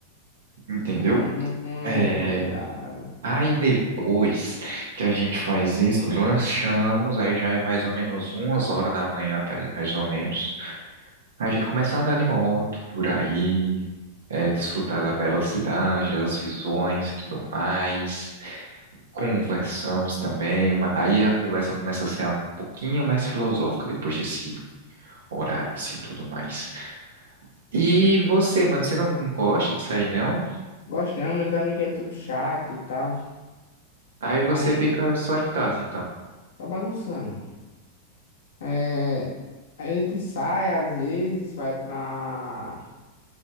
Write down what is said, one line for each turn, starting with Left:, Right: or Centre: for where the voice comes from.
Right: entendeu?
Left: Hum,
Right: É,
Left: tô ligado.
Right: Aí depois que a gente faz isso, lanchamos, aí já é mais ou menos umas horas da manhã, pa- mais ou menos. A gente começa a andar de moto por aí, é, desfrutar da bela cidade, das visões e tudo mais. Conversamos também, ma- aí a conversa começa a ser um pouquinho mais filosófica depois desse horário assim, tudo mais. E você, mano, você não gosta de sair não?
Left: Gosto não, meus amigos é tudo chato e tal.
Right: Aí você
Left: Aí
Right: fica
Left: eu
Right: só em casa, então.
Left: tá bagunçando. É, a gente sai às vezes, vai pra